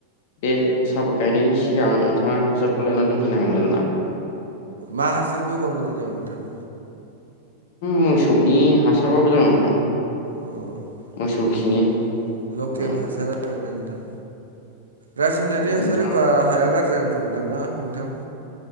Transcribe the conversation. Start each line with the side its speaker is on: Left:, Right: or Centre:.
Left: बे सापात गायनायनि सि गां आं नोंथाङा हासारखौ लायनानै दोनफैनांगोन आरोना।
Right: मा हासारखौ होबा मोजां जागोन नोंथां।
Left: मोसौनि हासारबाबो जागोन नोंथां।
Right: अ
Left: मोसौ
Right: माने
Left: खिनि
Right: लकेल
Left: ओम।
Right: हासार आरोना नोंथां रासायनारि हासार
Left: नोंथां
Right: होबा हाया गारजि जागोन खोमा होनदां नोंथां।